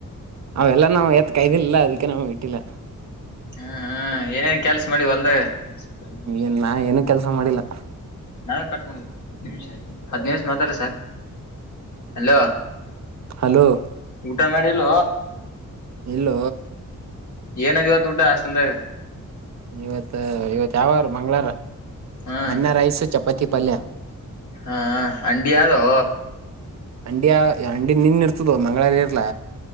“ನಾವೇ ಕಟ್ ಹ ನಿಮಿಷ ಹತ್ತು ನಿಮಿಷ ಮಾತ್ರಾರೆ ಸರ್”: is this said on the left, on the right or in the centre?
Left